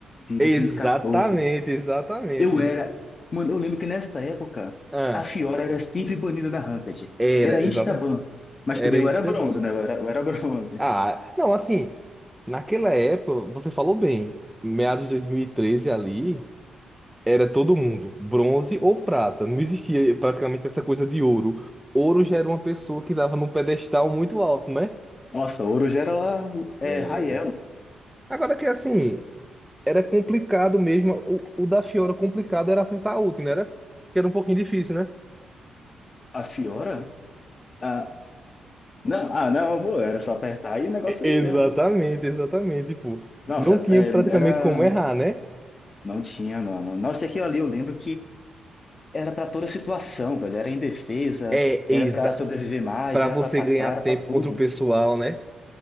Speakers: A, in the centre; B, on the left (about 40°).
A: Exatamente,
B: 2014.
A: exatamente.
B: Eu era. Mano, eu lembro que nessa época
A: Ah,
B: a Fiora era sempre banida da Ranked.
A: era,
B: Era Instaban.
A: exata,
B: Mas
A: era
B: também
A: Instaban.
B: eu era bronze, né? Eu era, eu era bronze.
A: Ah, não, assim, naquela época, você falou bem, meados de 2013 ali. era todo mundo, bronze ou prata. Não existia praticamente essa coisa de ouro. Ouro já era uma pessoa que dava num pedestal muito alto, né?
B: Nossa, ouro já era lá,
A: É,
B: é, high
A: Agora que assim, era complicado mesmo. O, o da Fiora complicado era acertar a ult, né? Era, que era um pouquinho difícil, né?
B: A Fiora? Ah, não, ah, não, pô, era só apertar e o negócio
A: E- Exatamente,
B: ia.
A: exatamente. Tipo,
B: Nossa,
A: não tinha
B: é,
A: praticamente
B: era.
A: como errar, né?
B: Não tinha, mano. Nossa, aqui ali eu lembro era pra toda situação, velho. Era indefesa,
A: É,
B: era
A: exa
B: pra sobreviver mais,
A: para
B: era
A: você
B: pra atacar,
A: ganhar
B: era
A: tempo
B: pra tudo.
A: contra o pessoal, né?